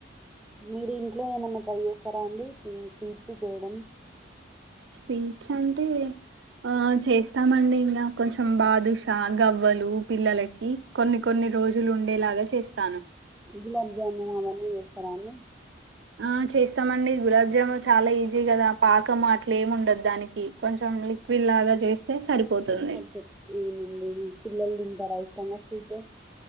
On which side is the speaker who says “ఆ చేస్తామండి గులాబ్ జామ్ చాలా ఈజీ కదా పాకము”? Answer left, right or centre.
Right